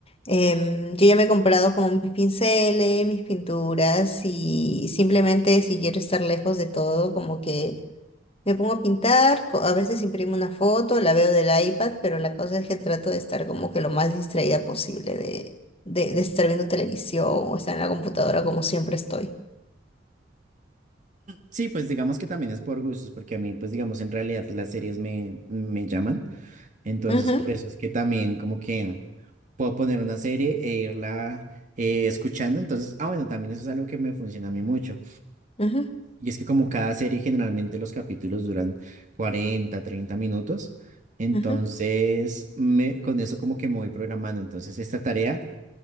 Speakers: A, on the left (about 30°); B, on the right (about 45°).
A: em, yo ya me he comprado como mis pinceles, mis pinturas y simplemente si quiero estar lejos de todo, como que me pongo a pintar, co- a veces imprimo una foto, la veo del iPad, pero la cosa es que trato de estar como que lo más distraída posible de, de, de estar viendo televisión o estar en la computadora como siempre estoy.
B: Sí, pues digamos que también es por gustos, porque a mí pues digamos en realidad las series me, me llaman, entonces
A: Ujú,
B: por eso es que también como que puedo poner una serie e irla eh, escuchando, entonces, ah bueno, también eso es algo que me funciona a mí mucho
A: ujú,
B: Y es que como cada serie generalmente los capítulos duran 40 30 minutos, entonces
A: ujú.
B: me, con eso como que me voy programando. Entonces esta tarea